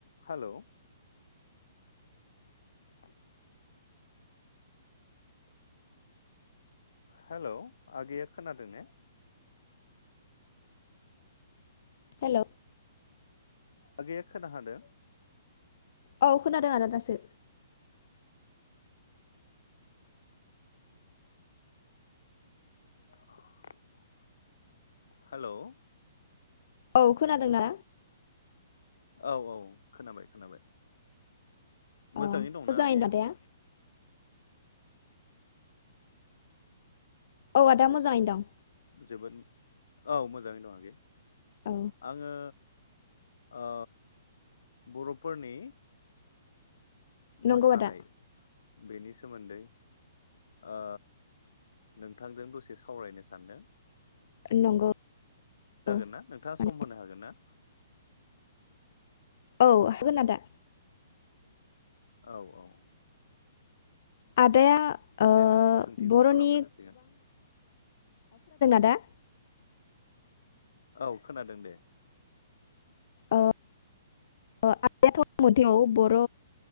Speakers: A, on the left (about 80°); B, on the left (about 50°).
A: हेल'। <inaudible> Hello आगैया खोनादों ने।
B: हेल'।
A: आगैया खोना हांदो।
B: औ खोनादों आदा दासो।
A: <inaudible> हेल'।
B: औ खोनादोंना?
A: औ औ खोनाबाय खोनाबाय।
B: अ
A: मोजाङै दंना
B: मोजाङैनो
A: आगैया?
B: दं आदाया औ आदा मोजाङैनो दं।
A: जोबोद औ मोजाङै दङ आगै।
B: औ
A: आङो ओ बर'फोरनि मोसानाय
B: नंगौ आदा
A: बेनि सोमोन्दै ओ नोंथांजों दसे सावरायनो सानदों
B: नंगौ
A: जागोन
B: औ
A: ना नोंथाङा
B: माने
A: सम होनो हागोन ना?
B: औ होगोन आदा।
A: औ औ।
B: आदाया ओ
A: दे नों सोंथिखौ
B: बर'नि
A: खालामनो हासिगोन।
B: दा?
A: औ खोनादों दे,
B: ओ ओ आदायाथ' बबे मायथायाव बर'